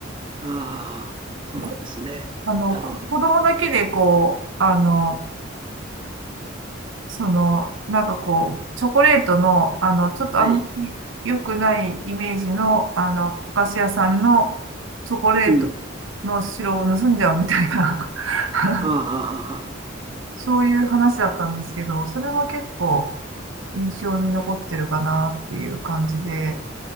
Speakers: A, on the right; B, on the right.
A: ああ、そうなんですね。
B: ごあの、
A: なるほど。
B: こ子供だけでこう、あの、その、なんかこう、チョコレートの、あの、ちょっとあんまり良くないイメージの、
A: はい。
B: あの、お菓子屋さんのチョコレート
A: うん。
B: の白を盗んじゃうみたいな <laughs>
A: ああ、はあ、はあ
B: そういう話だったんですけど、それも結構印象に残ってるかなっていう感じで、